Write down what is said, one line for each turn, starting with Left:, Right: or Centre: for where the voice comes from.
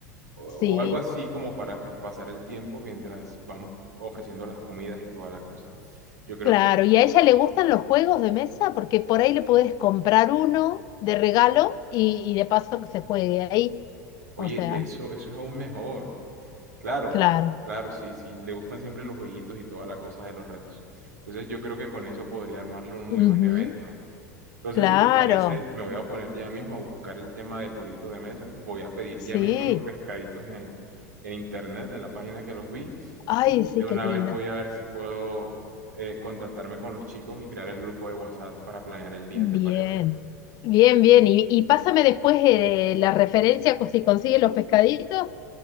Right: o,
Left: sí.
Right: o algo así como para pues pasar el tiempo mientras vamos ofreciendo las comidas y toda la cosa. Yo creo
Left: Claro,
Right: que eso
Left: ¿y a ella le gustan los juegos de mesa? Porque por ahí le puedes comprar uno de regalo y, y de paso que se juegue ahí.
Right: Oye,
Left: O sea,
Right: eso, eso es aún mejor. Claro,
Left: claro.
Right: claro, sí, sí. Le gustan siempre los jueguitos y toda la cosa de los retos. Entonces yo creo que con eso podría armarle un muy
Left: Ujú,
Right: buen evento. Entonces,
Left: Claro,
Right: si te parece, me voy a poner ya mismo a buscar el tema del jueguito de mesa. Voy a pedir
Left: sí.
Right: ya mismo los pescaditos en, en internet, en la página que los vi.
Left: Ay,
Right: Y
Left: sí,
Right: de una
Left: qué lindo.
Right: vez voy a ver si puedo eh, contactarme con los chicos y crear el grupo de WhatsApp para planear el día,
Left: Bien,
Right: ¿te parece?
Left: bien, bien. Y, y pásame después eh, la referencia co- si consigues los pescaditos,